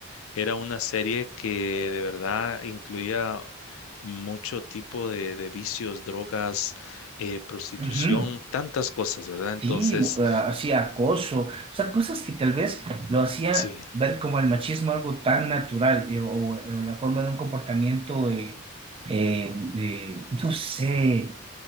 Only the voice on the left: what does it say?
Era una serie que de verdad incluía mucho tipo de, de vicios, drogas, eh, prostitución,
tantas cosas, ¿verdad? Entonces,
sí.